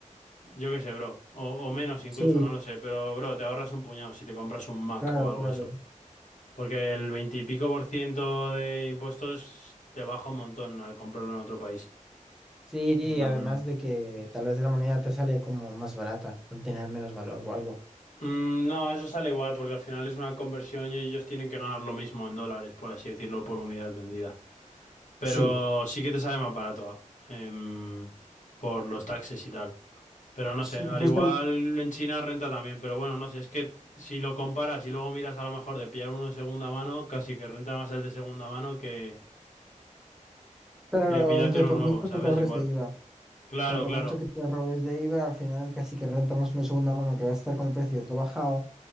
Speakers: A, on the left; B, in the centre.
A: Yo qué sé, bro. O, o menos incluso,
B: Sí,
A: no lo sé. Pero, bro, te ahorras un puñado si te compras un Mac
B: claro,
A: o algo
B: claro.
A: de eso. Porque el veintipico por ciento de impuestos te baja un montón al comprarlo en otro país.
B: Sí,
A: En plan...
B: además de que tal vez la moneda te sale como más barata, al tener menos valor o algo.
A: mm, no, eso sale igual porque al final es una conversión y ellos tienen que ganar lo mismo en dólares, por así decirlo, por unidad vendida. Pero
B: Sí,
A: sí que te sale más barato, em, por los taxes y tal. Pero no
B: sí,
A: sé, al
B: pues
A: igual
B: tal-
A: en China renta también, pero bueno, no sé, es que si lo comparas y luego miras a lo mejor de pillar uno de segunda mano, casi que renta más el de segunda mano que
B: claro,
A: de pillarte
B: aunque
A: uno
B: por
A: nuevo,
B: mucho
A: ¿sabes?
B: que te ahorres
A: Igual.
B: de IVA,
A: Claro,
B: claro, por
A: claro.
B: mucho que te ahorres de IVA, al final casi que renta más una segunda mano que va a estar con el precio todo bajado